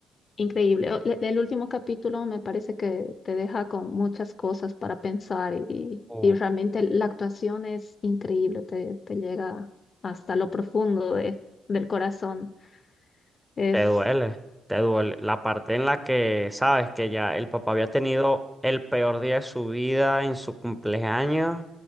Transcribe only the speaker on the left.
Increíble. O- le- El último capítulo me parece que te deja con muchas cosas para pensar y,
y realmente la actuación es increíble, te, te llega hasta lo profundo de, del corazón. Es,